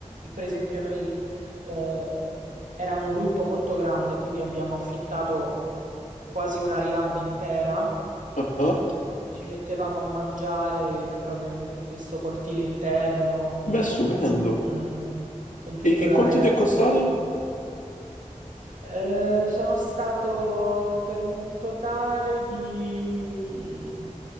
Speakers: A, on the right; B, on the left.
A: Per esempio, noi eh, era un gruppo molto grande, quindi abbiamo affittato quasi una riad intera.
B: Ah ah.
A: Ci mettevamo a mangiare proprio in, in questo cortile interno,
B: Beh, stupendo.
A: eh, con tutto
B: E, e
A: l'arredamento.
B: quanto ti è costato?
A: Eh, sono stato per un totale di,